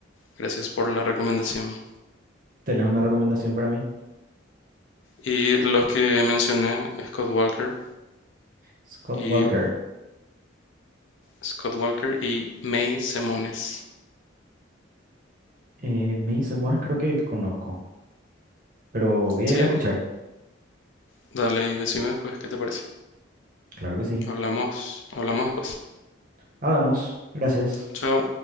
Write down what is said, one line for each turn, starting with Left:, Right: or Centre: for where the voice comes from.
Left: Gracias por la recomendación.
Right: ¿Tenés una recomendación para mí?
Left: Y los que mencioné, Scott Walker
Right: Scott
Left: y
Right: Walker.
Left: Scott Walker y May Semones.
Right: Eh, me dice, Morris, creo que conozco, pero voy
Left: Sí,
Right: a ir a escuchar.
Left: dale y decime después qué te parece.
Right: Claro que sí.
Left: Hablamos, hablamos después.
Right: Hablamos. Gracias.
Left: Chao.